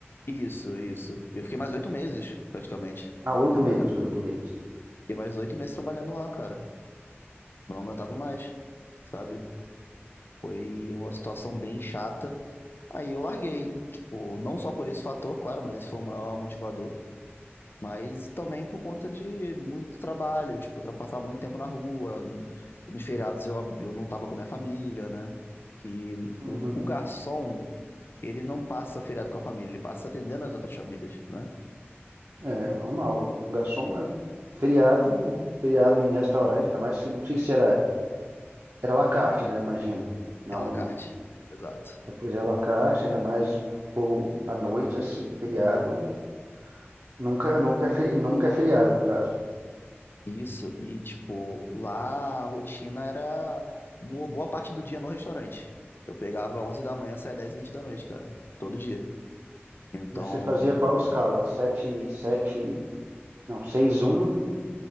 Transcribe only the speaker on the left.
Isso, isso. Eu fiquei mais oito meses, praticamente,
trabalhando.
Fiquei mais oito meses trabalhando lá, cara. Não aguentava mais, sabe? Foi uma situação bem chata. Aí eu larguei. Tipo, não só por esse fator, claro, mas esse foi o maior motivador. Mas também por conta de muito trabalho, tipo, tra- passava muito tempo na rua. n- Nos feriados eu, ab- eu não estava com a minha família, né? Que
o, o garçom, ele não passa feriado com a família, ele passa atendendo as outras famílias, né?
É à la carte. Exato.
Isso, e tipo, lá a rotina era uma boa parte do dia no restaurante. Eu pegava 11 da manhã, saía dez e vinte da noite, cara. Todo dia. Então,